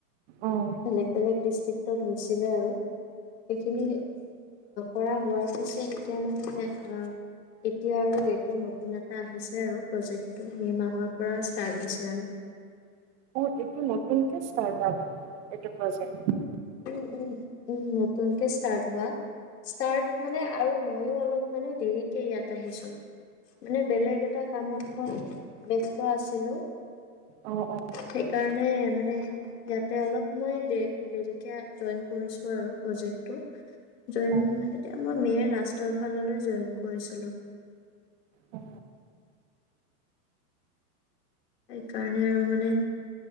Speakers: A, on the right; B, on the left.
A: অ',
B: বেলেগ বেলেগ ডিষ্ট্ৰিক্ট হৈছিলে আৰু সেইখিনি কৰা হোৱাৰ পিছত এতিয়া মানে এতিয়া আৰু এইটো নতুন এটা আহিছে আৰু প্ৰজেক্টটো মে মাহৰ পৰা ষ্টাৰ্ট হৈছে আৰু
A: অ এইটো নতুনকে ষ্টাৰ্ত হোৱা মানে এইটো প্ৰজেক্ট
B: উ উম উম নতুনকে ষ্টাৰ্ট হোৱা ষ্টাৰ্ট মানে আৰু ময়ো অলপ মানে দেৰিকে ইয়াত আহিছো মানে বেলেগ এটা কামত মই ব্যস্ত আছিলো
A: অ', অ',
B: সেইকাৰণে মানে যাতে অলপ মই দে দেৰিকে জইন কৰিছোঁ আৰু প্ৰজেক্টটো জইন
A: অ'।
B: এতিয়া মই মেৰ লাষ্টৰ ফাললৈ জইন কৰিছিলো
A: অ
B: সেইকাৰণে আৰু মানে